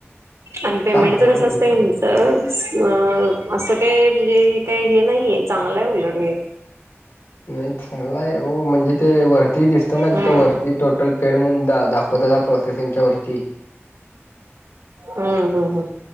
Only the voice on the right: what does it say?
आणि पेमेंटच
कसं असतंय
ह्यचं. अ असं काय म्हणजे हे काही हे नाहीय चांगलंय उलट हे
हम्म
हम्म हम्म हम्म